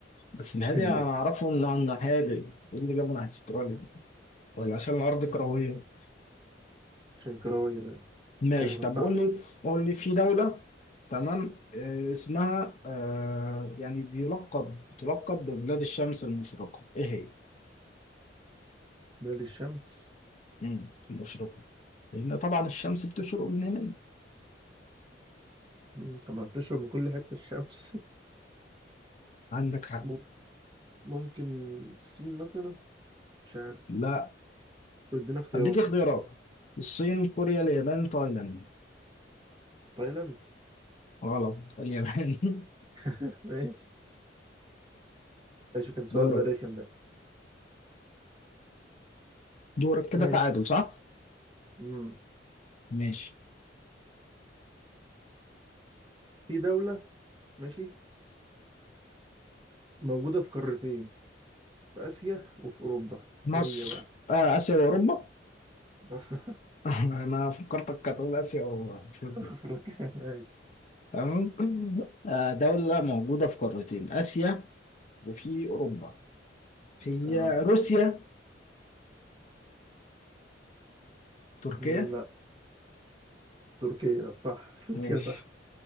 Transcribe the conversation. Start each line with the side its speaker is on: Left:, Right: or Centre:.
Left: بس الهادي
Right: <laughs> نادي
Left: أنا أعرفه إنه هادي إيه اللي جابه ناحية أستراليا دي؟ ولا عشان الأرض كروية
Right: عشان كروية ده.
Left: ماشي
Right: أو مسطعة
Left: طب قول لي قول لي في دولة تمام آه، اسمها آه يعني بيلقب تلقب ببلاد الشمس المشرقة ايه هي؟
Right: نادي الشمس
Left: مم، المشرقة لأن طبعا الشمس بتشرق من هنا
Right: مم، طب ما بتشرب من كل حتة الشمس
Left: عندك
Right: <laughs>
Left: حق
Right: مم- ممكن الصين مثلا مش عارف
Left: لا
Right: طب ادينا اختيارات
Left: أديك اختيارات
Right: كده
Left: الصين كوريا اليابان تايلاند
Right: تايلاند
Left: غلط اليابان <laughs>
Right: <laughs> ماشي ماشي كان سؤال
Left: دورك
Right: رخم ده
Left: دورك كده
Right: ماشي
Left: تعادل صح؟
Right: مم.
Left: ماشي
Right: في دولة ماشي موجودة في قارتين في آسيا وفي أوروبا
Left: مصر
Right: إيه هي بقى؟
Left: آه آسيا وأوروبا
Right: <laughs>
Left: <laughs> أنا فكرتك هتقول آسيا وأفريقيا
Right: أفريقيا ماشي.
Left: تمام آه، دولة موجودة في قارتين آسيا وفي أوروبا هي
Right: آه.
Left: روسيا تركيا
Right: مم، لا تركيا صح تركيا
Left: ماشي
Right: صح